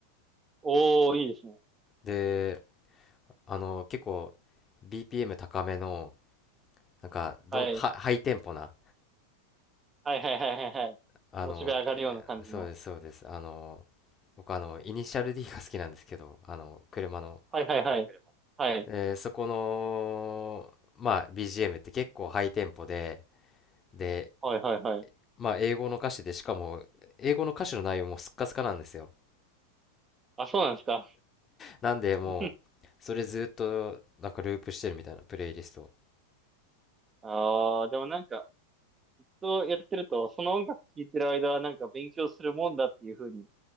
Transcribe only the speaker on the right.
おー、いいですね。
はい。はい。はい。はい。はい。はい。
モチベ上がるような感じの。
はい。はい。はい。はい。
はい。はい。はい。
あ、そうなんですか。
<laughs> ああ、でもなんか、そうやってると、その音楽聴いてる間はなんか勉強するもんだっていう風に